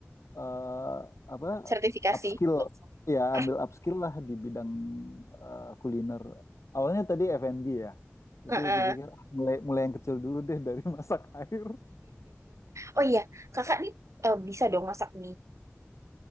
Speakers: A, on the left; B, on the right.
A: eh, apa?
B: Sertifikasi.
A: upskill. Ya,
B: <laughs>
A: ambil upskill lah di bidang eh, kuliner. Awalnya tadi F&B ya. Tapi
B: Heeh.
A: aku pikir ah, mulai mulai yang kecil dulu deh dari <laughs> masak air.
B: Oh iya, kakak nih eh, bisa dong masak mie,